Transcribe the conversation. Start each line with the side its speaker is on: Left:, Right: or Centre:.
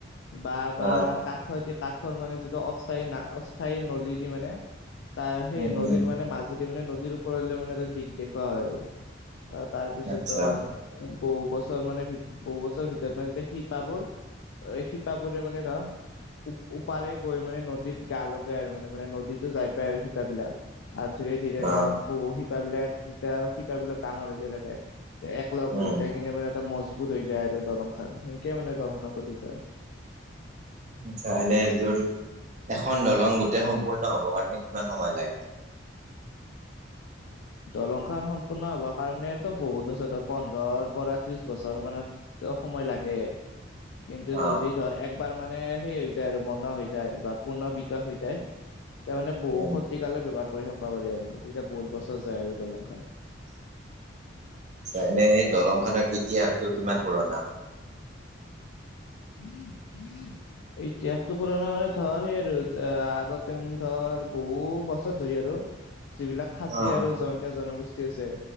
Left: বা বা
Right: অ
Left: কাঠৰ দি কাঠৰ মানে, যিটো অস্থায়ী অস্থায়ী নলীত দি মানে তাৰ সেই
Right: উম
Left: নলীৰ
Right: উম
Left: মানে মাছ যদি মানে নদীৰ ওপৰলৈ মানে এটা দিশ দেখুওৱা হয় আৰু তাৰপিছত
Right: আচ্ছা
Left: তোৰ বহু বছৰ মানে বহু বছৰৰ ভিতৰত মানে যেতিয়া শিপাবোৰ এ, শিপাবোৰে মানে ধৰ উপ ওপাৰে গৈ মানে নদীত গা লগাই আৰু মানে মানে নদীতো যাই পায় আৰু শিপা বিলাক। আৰু ধীৰে ধীৰে
Right: অ
Left: ধৰ বহু শিপাবলাক শিপা শিপাবিলাক ডাঙৰ হৈ যায় থাকে। লগ
Right: উম
Left: হৈ যায় কিনে মানে এটা মজবুত হৈ যায় আৰু দলং খন সেনকে মানে দলং খন গঠিত হয়।
Right: আচ্ছা, এনে তোৰ এখন দলং গোটেই সম্পূৰ্ণ হ'ব কাৰণে কিমান সময় লাগে? <inaudible>
Left: দলং খন সম্পূৰ্ণ হ'বৰ কাৰণে টো বহুত বছৰ ধৰ পোন্ধৰৰ পৰা ত্ৰিশ বছৰ মানত ত সময় লাগে। কিন্তু
Right: অ
Left: যদি ধৰ একবাৰ মানে সেই হৈ যায় আৰু বনোৱা হৈ যায় বা পূৰ্ণ বিকাশ হৈ যায়। তেতিয়া মানে বহু
Right: উম
Left: শতিকালৈ ব্যৱহাৰ কৰি থাকবা পাৰি আৰু তেতিয়া বহুত বছৰ যায় আৰু দলং খন।
Right: এনে সেই দলং খনৰ ইতিহাসটো কিমান পুৰণা?
Left: <inaudible>
Right: <inaudible>
Left: ইতিহাসটো পুৰণা মানে ধৰ সেই আৰু আগতে ধৰ বহু বছৰ ধৰি আৰু যিবিলাক খাচী
Right: অ
Left: আৰু জয়ন্তীয়া জনগোষ্ঠী আছে।